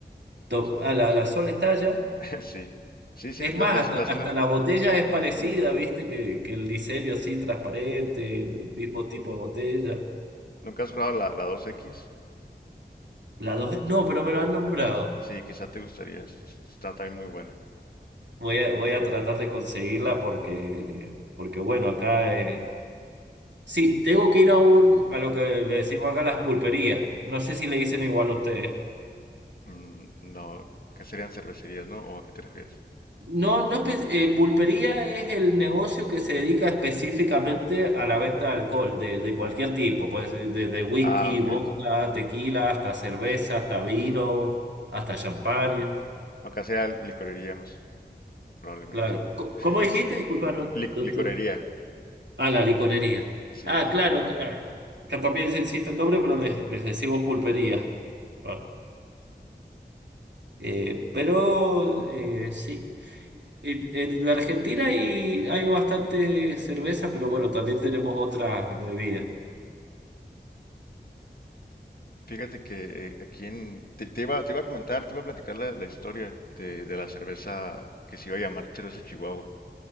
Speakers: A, on the right; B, on the left.
A: To-
B: personalmente.
A: A la, la Sol Estalla
B: <laughs> Sí, sí, sí,
A: Es
B: la,
A: más,
B: la,
A: hasta,
B: la sol
A: hasta
B: es...
A: la botella es parecida,
B: ujú.
A: ¿viste? Que, que el diseño así transparente, el mismo tipo de botella.
B: ¿Nunca has probado la, la dos x
A: La dos, no, pero me lo han nombrado.
B: Sí, quizá te gustaría, es- es- está también muy buena.
A: Voy a, voy a tratar de conseguirla porque, porque bueno, acá... eh, Sí, tengo que ir a un, a lo que le decimos acá las pulperías. No sé si le dicen igual a ustedes.
B: Mm, no, ¿qué serían cervecerías, no? ¿O a qué te refieres?
A: No, no espe- eh, pulpería es el negocio que se dedica específicamente a la venta de alcohol, de, de cualquier tipo, pues eh, desde whisky,
B: Ah, ok,
A: vodka,
B: ok.
A: tequila, hasta cerveza, hasta vino,
B: ujú.
A: hasta champán,
B: Acá sea licorería más probablemente.
A: claro. Co-
B: <laughs>
A: ¿Cómo dijiste?
B: Sí,
A: Disculpa, no,
B: lic-
A: no
B: licorería,
A: te- Ah, la licorería.
B: así
A: Ah,
B: es.
A: claro, ah, que también existe el nombre, pero les, les decimos pulpería. Ah. Eh, pero eh, sí, en, en Argentina hay, hay bastante cerveza, pero bueno, también tenemos otras bebidas.
B: Fíjate que eh, aquí en... Te, te iba, te iba a comentar, te iba a platicar la, la historia de, de la cerveza que se iba a llamar cerveza Chihuahua.